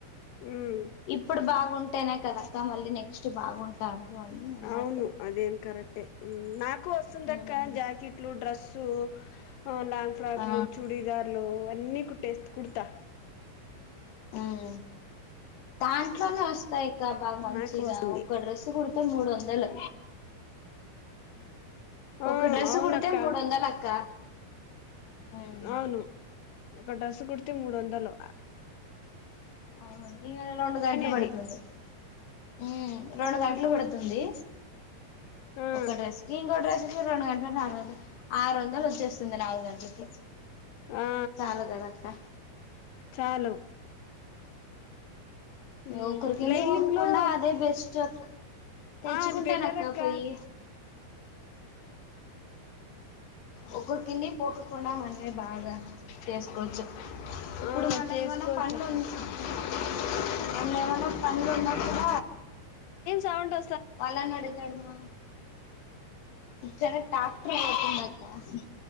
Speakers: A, on the left; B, on the left.
A: మ్
B: ఇప్పుడు బాగుంటేనే కదక్క మళ్ళీ నెక్స్ట్ బాగుంటారు అని అమ్మా
A: అవును అదేం కరెక్టే నాకు వస్తుందక్క
B: మ్మ్
A: జాకెట్లు డ్రస్సు ఆ లాంగ్ ఫ్రాక్లు
B: ఆ
A: చుడీదార్లు అన్నీ కుట్టే కుడతా
B: హ్మ్ దాంట్లోనే వస్త స్తాయ్ కదా మంచిగా
A: నాకు వస్తుంది
B: ఒక డ్రెస్ కుడితే మూడొందలు
A: ఆ
B: ఒక డ్రెస్
A: అవునక్క
B: కుడితే మూడొందల్ అక్క మ్మ్
A: అవును ఒక డ్రెస్ కుడితే మూడొందలు
B: అవును ఇగ రెండు గంటలు పడుతుంది
A: అది
B: హ్మ్ రెండు గంటలు పడుతుంది
A: ఆ
B: ఒక డ్రెస్ కి ఇంకో డ్రెస్ కి రెండు గంట నాలుగు వందల్ ఆరు వందలు వచ్చేస్తుంది నాలుగు గంటలకి
A: ఆ
B: చాలుగదక్క
A: చాలు ఉమ్
B: ఒకొర్కిందికి
A: లైనింగ్
B: పోకోకుండ
A: లో
B: అదే బెస్ట్ తెచ్చుకుంటానక్క
A: ఆ అది బెటర్ అక్క
B: పోయి ఒక్కొ కింది పోకోకుండా మనమే బాగా చేసుకోచ్చు ఇప్పుడు
A: ఆ
B: మళా
A: చేసుకోవచ్చు
B: ఏమన్నా <unintelligible>
A: అక్క
B: ఇంగేమన్నా పన్లు వున్న కూడ
A: సౌండు
B: వాళ్ళని <unintelligible> ఇక్కనే ట్రాక్టర్ <unintelligible>